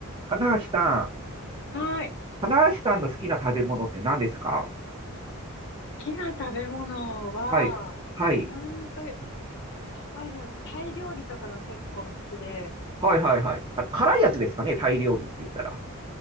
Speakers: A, on the right; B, on the left.
A: 花橋さん、
B: はい。好
A: 花橋さんの好きな食べ物って何ですか
B: きな食べ物は、
A: はい。
B: うーんと、
A: はい。
B: そうですね。タイ料理とかが結構好きで、
A: はいはいはい。あ、辛いやつですかね、
B: うん、
A: タイ料理って言ったら。